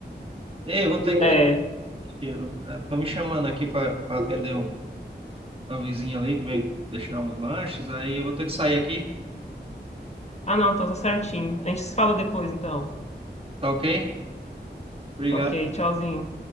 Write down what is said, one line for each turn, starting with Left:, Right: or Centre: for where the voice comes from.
Right: Ei, vou ter que.
Left: é.
Right: Estão me chamando aqui para atender um- uma vizinha ali que vem deixar uns lanches, aí eu vou ter que sair aqui,
Left: Ah, não, tô, tô certinho. A gente se fala depois, então.
Right: tá ok? Obrigado.
Left: Tá ok, tchauzinho.